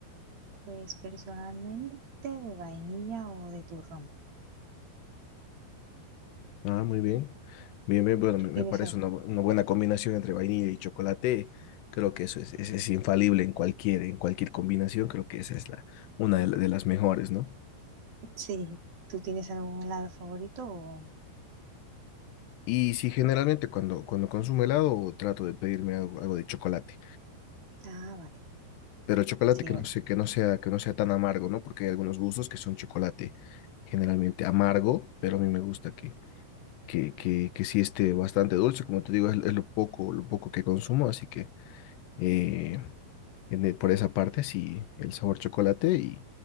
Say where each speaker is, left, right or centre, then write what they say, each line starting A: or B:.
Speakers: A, on the right; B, on the left.
A: Pues personalmente de vainilla o de turrón.
B: Ah, muy bien. Bien, bien, bueno,
A: ¿Tú
B: me, me
A: tienes,
B: parece
A: a-
B: una, bu- una buena combinación entre vainilla y chocolate. Creo que eso es, es, es infalible en cualquier, en cualquier combinación. Creo que esa es la, una de, la- de las mejores, ¿no?
A: sí, ¿tú tienes algún helado favorito o-
B: Y sí, generalmente cuando, cuando consumo helado trato de pedirme algo, algo de chocolate,
A: Ah, vale.
B: pero chocolate
A: Sí.
B: que no
A: el-
B: sé, que no sea, que no sea tan amargo, ¿no? Porque hay algunos gustos que son chocolate generalmente amargo, pero a mí me gusta que, que, que, que sí esté bastante dulce. Como te digo, es, es lo poco, lo poco que consumo, así que... eh, en e- por esa parte, sí, el sabor chocolate y,